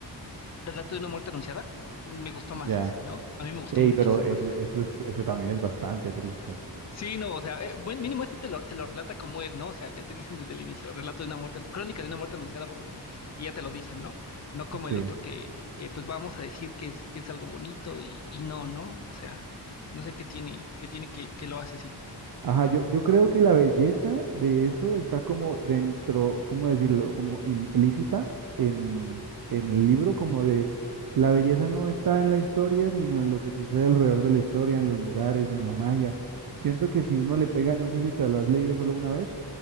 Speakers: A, on the left; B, on the right.
A: Relato de una muerte anunciada, me gustó
B: ya.
A: más ese, ¿no? A mí me gustó
B: Ey,
A: muchísimo
B: pero eso,
A: más
B: eso es- ese también es bastante triste.
A: Sí, no, o sea, eh, buen mínimo este te lo, te lo relata como es, ¿no? O sea, ya te dicen desde el inicio, relato de una muerte, crónica de una muerte anunciada, perdón, y ya te lo dicen, ¿no? No como el
B: Sí.
A: otro que, que pues vamos a decir que es, que es algo bonito y, y no, ¿no? O sea, no sé qué tiene, qué tiene que, que lo hace así.
B: Ajá, yo, yo creo que la belleza de eso está como dentro, ¿cómo decirlo? Como implícita en, en el libro, como de la belleza no está en la historia, sino en lo que sucede alrededor de la historia, en los lugares, en la magia. Siento que si uno le pega, no sé si te lo has leído solo una vez,